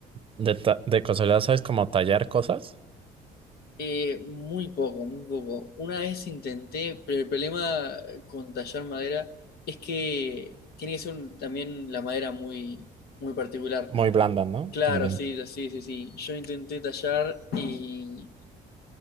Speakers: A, on the right; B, on the left.
A: de, ta- de casualidad sabes como tallar cosas,
B: Eh, muy poco, muy poco. Una vez intenté, pero el problema con tallar madera es que tiene que ser un- también la madera muy, muy particular.
A: muy blanda, ¿no?
B: Claro,
A: También
B: sí, sí, sí, sí. Yo intenté tallar y